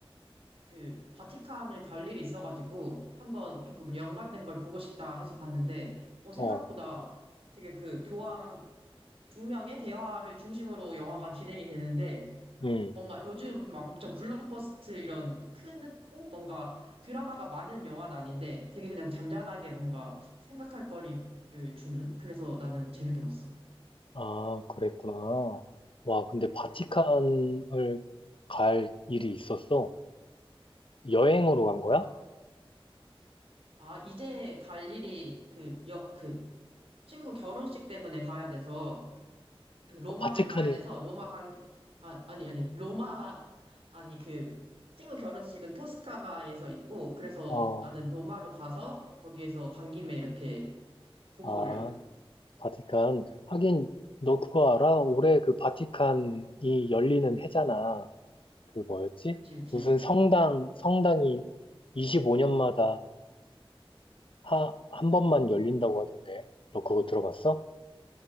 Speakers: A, on the right; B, on the left.
A: 그 바티칸을 갈 일이 있어가지고 한번 조금 연관된 걸 보고 싶다 해서 봤는데 어, 생각보다
B: 어,
A: 되게 그 교황 두 명의 대화를 중심으로 영화가 진행이 되는데
B: 음.
A: 뭔가 요즘 막 엄청 블록버스트 이런 크고 뭔가 드라마가 많은 영화는 아닌데 되게 그냥 잔잔하게 뭔가 생각할 거리를 주는 그래서 나는 재밌게 봤어.
B: 아, 그랬구나. 와, 근데
A: 음,
B: 바티칸을 갈 일이 있었어? 여행으로 간 거야?
A: 아, 아, 이제 갈 일이 그, 여, 그 친구 결혼식 때문에 가야 돼서 로마를
B: 바티칸에,
A: 가야 돼서 로마 관계 아, 아니 아니 로마 아니 그 친구 결혼식은 토스카나에서 있고 그래서
B: 어,
A: 나는 로마로 가서 거기에서 간 김에 이렇게 보고
B: 아.
A: 오려고.
B: 바티칸. 하긴, 너 그거 알아? 올해 그 바티칸이 열리는 해잖아. 그 뭐였지?
A: 그치 그치.
B: 무슨 성당, 성당이 25년마다 하, 한 번만 열린다고 하던데. 너 그거 들어봤어?